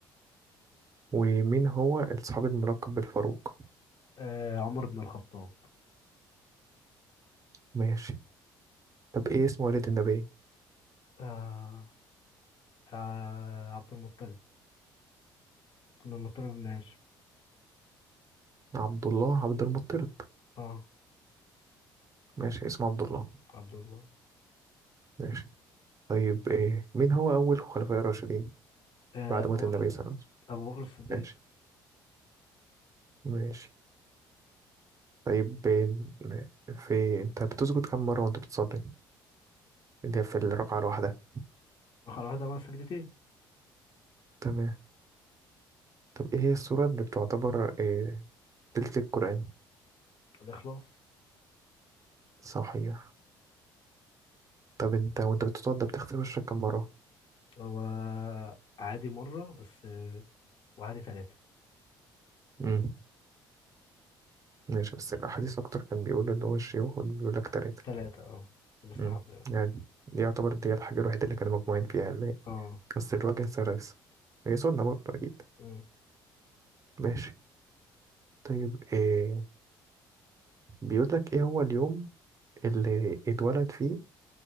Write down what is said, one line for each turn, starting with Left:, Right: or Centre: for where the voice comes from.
Right: ومين هو الصحابي الملقب بالفاروق
Left: آه عمر بن الخطاب
Right: ماشي طب ايه اسم والد النبي
Left: آه آه عبد المطلب كنا المطر بن هاشم
Right: عبد الله عبد المطلب
Left: اه
Right: ماشي اسمه عبد الله
Left: عبد الله
Right: ماشي طيب إيه مين هو أول خلفاء الراشدين
Left: آه،
Right: بعد
Left: ابو
Right: موت
Left: بكر
Right: النبي صلى الله عليه وسلم
Left: ابو بكر الصديق
Right: ماشي ماشي طيب إيه، في انت بتسجد كم مرة وانت بتصلي اللي هي في الركعة الواحدة
Left: رقم واحدة مع سجدتين
Right: تمام طب ايه هي السورة اللي بتعتبر إيه تلت القرآن
Left: الإخلاص
Right: صحيح طب انت وانت بتتوضى بتغسل وشك كم مرة
Left: هو عادي مرة بس آه، وعادي ثلاثة
Right: امم ماشي بس الأحاديث أكتر كان بيقول اللي هو الشيوخ بيقول لك تلاتة
Left: ثلاثة اه مستحب
Right: مم.
Left: يعني
Right: يعني دي يعتبر دي الحاجة الوحيدة اللي كانوا مجموعين فيها اللي هي
Left: اه
Right: بس الوجه سرس هي سنة برضه أكيد
Left: أمم.
Right: ماشي طيب إيه بيقول لك إيه هو اليوم اللي اتولد فيه